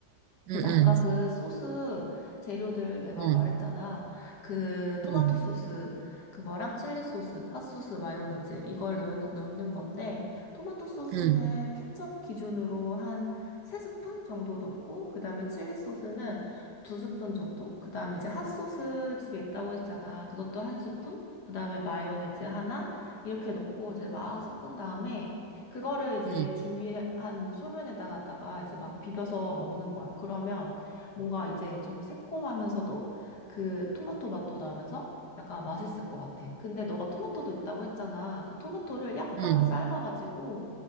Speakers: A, on the right; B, on the left.
A: 음,
B: 이제 아까 그 소스 재료들 내가
A: 음,
B: 말했잖아. 그 토마토
A: 음, 음,
B: 소스 그거랑 칠리 소스, 핫소스, 마요네즈 이걸 넣, 넣는 건데 토마토 소스는
A: 음,
B: 케첩 기준으로 한 세스푼 정도 넣고 그다음에 칠리 소스는 두스푼 정도? 그다음에 이제 핫소스 집에 있다고 했잖아. 그것도 한스푼 그다음에 마요네즈 하나 이렇게 넣고 이제 막 섞은 다음에 그거를 이제
A: 음, 음.
B: 준비한 소면에다가다가 이제 막 비벼서 먹는 거야. 그러면 뭔가 이제 좀 새콤하면서도 그 토마토 맛도 나면서 약간 맛있을 것 같아. 근데 너가 토마토도 있다고 했잖아. 그 토마토를 약간
A: 음.
B: 삶아가지고